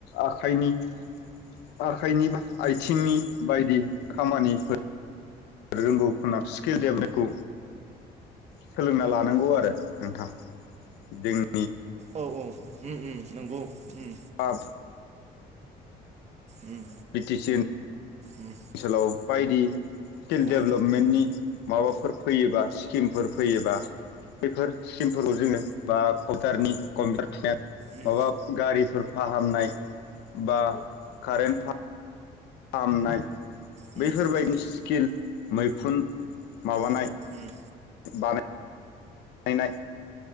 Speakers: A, on the left; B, on the right.
A: आखाइनि बा आथिंनि बायदि खामानिफोर रोंगौ खोमा स्किल डेभेलपखौ सोलोंना लानांगौ आरो नोंथां जों।
B: औ औ उम उम नोंगौ उम।
A: बा
B: उम
A: बि टि सि होन
B: उम
A: ओनसोलाव बायदि स्किल
B: औ
A: डेभेलपमेन्टनि माबाफोर फैयोबा स्किमफोर फैयोबा बेफोर सिखिमफोरखौ जोङो बा कम्पिउटारनि कम्पिउटार थुनाय
B: उम
A: माबा गारिफोर फाहामनाय बा कारेन्ट फाह फहामनाय
B: उम
A: बैफोरबायदि स्किल मैखुन माबानाय
B: उम
A: बानाय नायनाय